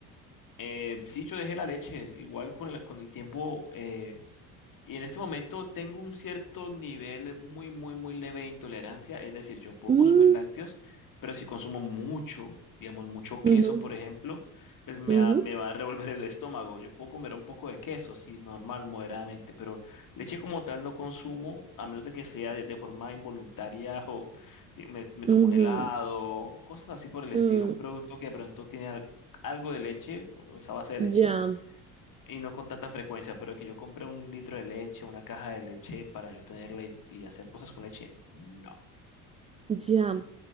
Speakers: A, on the left (about 45°); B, on the right (about 15°).
A: eh, sí, yo dejé la leche. Igual con la, con el tiempo. eh, y en este momento tengo un cierto nivel muy, muy, muy leve de intolerancia, es decir, yo puedo
B: mm,
A: consumir lácteos, pero si consumo mucho, digamos, mucho queso,
B: ujú,
A: por ejemplo, pues me
B: ujú,
A: va, me va a revolver el estómago. Yo puedo comer un poco de queso, sí, normal, moderadamente, pero leche como tal no consumo, a menos de que sea de, de forma involuntaria <laughs> o di- me, me
B: ujú,
A: tomo un helado, cosas así por el
B: mm,
A: estilo, un producto que de pronto tiene al- algo de leche, o esa base de
B: Ya,
A: leche y no con tanta frecuencia, pero que yo compré un litro de leche, una caja de leche para yo tenerla y, y hacer cosas con leche, no.
B: ya,